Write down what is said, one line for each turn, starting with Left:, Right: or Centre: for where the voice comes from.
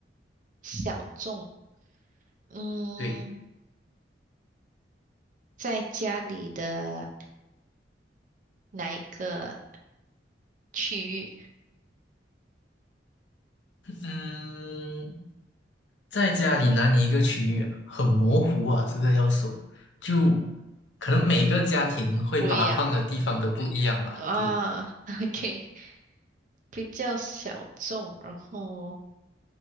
Right: 小众。嗯，
Left: 对，
Right: 在家里的哪一个区域？
Left: 嗯，在家里哪里一个区域啊？很模糊啊，
Right: 嗯，
Left: 这个要说，就可能每个家庭会把它放的地方都不一样吧？
Right: 不一样啊。
Left: 对，
Right: <laughs> OK，比较小众，然后